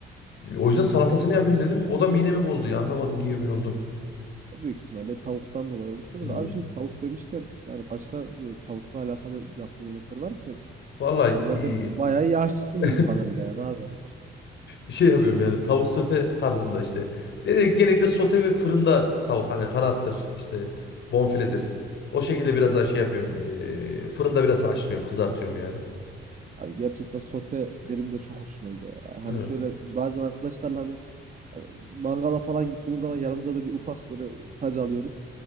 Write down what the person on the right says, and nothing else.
Büyük ihtimalle tavuktan dolayı olmuştur
da abi şimdi tavuk demişken yani başka böyle tavukla alakalı yaptığın yemekler var mı senin?
E o zaman
sen bayağı iyi aşçısın
bildiğim kadarıyla yani abi.
Hı
hı.
Abi gerçekten sote benim de çok hoşuma gidiyor. Yani hani
şöyle biz bazen arkadaşlarla hani Mangala falan gittiğimiz zaman yanımıza da bir ufak böyle sac alıyoruz.